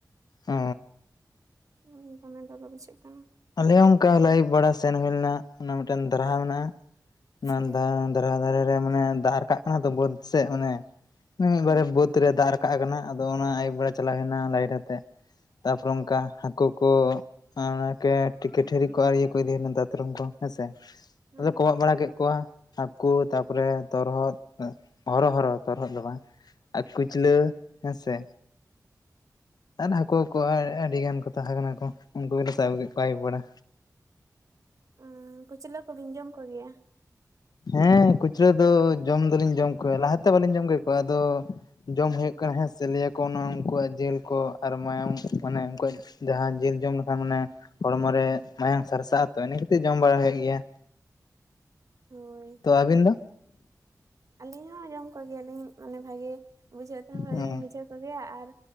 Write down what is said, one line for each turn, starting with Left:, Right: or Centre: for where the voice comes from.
Left: ᱚ
Right: ᱦᱩᱸ, ᱫᱚᱢᱮ ᱞᱚᱞᱚ ᱵᱩᱡᱷᱟᱹᱜ ᱠᱟᱱᱟ᱾
Left: ᱟᱞᱮ ᱦᱚᱸ ᱚᱝᱠᱟ ᱟᱞᱮ ᱟᱹᱭᱩᱵ ᱵᱮᱲᱟ ᱥᱮᱱ ᱦᱩᱭᱳ ᱞᱮᱱᱟ, ᱚᱱᱟ ᱢᱤᱫᱴᱟᱝ ᱫᱟᱨᱦᱟ ᱢᱮᱱᱟᱜᱼᱟ᱾ ᱚᱱᱟ
Right: ᱦᱩᱸ
Left: ᱫᱟ <unintelligible> ᱫᱷᱟᱨᱟ ᱫᱷᱟᱨᱮ ᱨᱮ, ᱢᱟᱱᱮ ᱫᱟᱜ ᱨᱟᱠᱟᱵ ᱠᱟᱱᱟ ᱛᱚ ᱵᱟᱹᱫ ᱥᱮᱫ᱾ ᱢᱟᱱᱮ ᱢᱤᱫ
Right: ᱦᱩᱸ
Left: ᱵᱟᱨᱮ ᱵᱟᱹᱛ ᱛᱨᱮ ᱫᱟᱜ ᱨᱟᱠᱟᱵ ᱠᱟᱱᱟ᱾ ᱟᱫᱚ ᱚᱱᱟ ᱟᱭᱩᱵ ᱵᱮᱲᱟ ᱪᱟᱞᱟᱣ ᱦᱩᱭ ᱞᱮᱱᱟ, ᱞᱟᱭᱤᱴ ᱟᱛᱮᱜ᱾ ᱛᱟᱯᱚᱨᱮ ᱚᱱᱠᱟ ᱦᱟᱹᱠᱩ ᱠᱚ <unintelligible> ᱴᱷᱤᱠᱟᱹ ᱴᱷᱤᱨᱤ ᱠᱚ ᱟᱨ ᱤᱭᱟᱹ ᱠᱚ ᱤᱫᱤ ᱞᱮᱱᱟ ᱫᱟᱛᱨᱚᱢ ᱠᱚ ᱦᱮᱸᱥᱮ।
Right: ᱦᱩᱸ
Left: ᱟᱫᱚ ᱞᱮ ᱠᱚᱢᱟᱜ ᱵᱟᱲᱟ ᱠᱮᱫ ᱠᱚᱣᱟ। ᱦᱟᱹᱠᱩ, ᱛᱟᱯᱚᱨᱮ ᱛᱚᱨᱦᱚᱫ, ᱦᱚᱨᱚ ᱦᱚᱨᱚ ᱛᱚᱨᱦᱚᱫ ᱫᱚ ᱵᱟᱝ। ᱟᱨ ᱠᱩᱪᱞᱟᱹ ᱦᱮᱸᱥᱮ। ᱟᱨ ᱦᱟᱹᱠᱩ ᱠᱚᱠᱚ ᱟᱹᱰᱤ ᱜᱟᱱ ᱠᱚ ᱛᱟᱦᱮᱸ ᱠᱟᱱᱟ ᱠᱚ। ᱩᱱᱠᱩ ᱜᱮᱞᱮ ᱥᱟᱵ ᱠᱮᱫ ᱠᱚᱣᱟ ᱟᱹᱭᱩᱵ ᱵᱮᱲᱟ।
Right: ᱚᱸᱻ, ᱠᱩᱪᱞᱟᱹ ᱠᱚᱵᱤᱱ ᱡᱚᱢ ᱠᱚᱜᱮᱭᱟ?
Left: ᱦᱮᱸ ᱠᱩᱪᱞᱟᱹ ᱫᱚ ᱡᱚᱢ ᱫᱚᱞᱤᱧ ᱡᱚᱢ ᱠᱚᱣᱟ। ᱞᱟᱦᱟᱛᱮ ᱵᱟᱹᱞᱤᱧ ᱡᱚᱢ ᱠᱮ ᱠᱚᱣᱟ। ᱟᱫᱚ ᱼᱼ ᱡᱚᱢ ᱦᱩᱭᱩᱜ ᱠᱟᱱᱟ ᱦᱮᱸ ᱥᱮ। ᱞᱟᱹᱭᱟ ᱠᱚ ᱚᱱᱟ ᱩᱱᱠᱩᱣᱟᱜ ᱡᱤᱞ ᱠᱚ, ᱟᱨ ᱢᱟᱭᱟᱢ। ᱢᱟᱱᱮ ᱩᱱᱠᱩᱣᱟᱜ ᱼᱼ ᱡᱟᱦᱟᱸ ᱡᱤᱞ ᱡᱚᱢ ᱞᱮᱠᱷᱟᱱ ᱢᱟᱱᱮ ᱦᱚᱲᱢᱚ ᱨᱮ ᱢᱟᱭᱟᱝ ᱥᱟᱨᱥᱟᱜᱼᱟ। ᱛᱚ, ᱤᱱᱟᱹ ᱠᱷᱟᱛᱤᱨ ᱡᱚᱢ ᱵᱟᱲᱟ ᱦᱩᱭᱩᱜ ᱜᱮᱭᱟ।
Right: ᱦᱳᱭ
Left: ᱛᱚ, ᱟᱹᱵᱤᱱ ᱫᱚ?
Right: ᱟᱹᱞᱤᱧ ᱦᱚᱸ ᱡᱚᱢ ᱠᱚᱜᱮᱭᱟᱞᱤᱧ। ᱢᱟᱱᱮ ᱵᱷᱟᱜᱮ ᱼᱼ ᱵᱩᱡᱷᱟᱹᱣ ᱛᱮᱦᱚᱸ ᱵᱷᱟᱜᱮ
Left: ᱦᱮᱸ
Right: ᱞᱤᱧ ᱵᱩᱡᱷᱟᱹᱣ ᱠᱚᱜᱮᱭᱟ। ᱟᱨ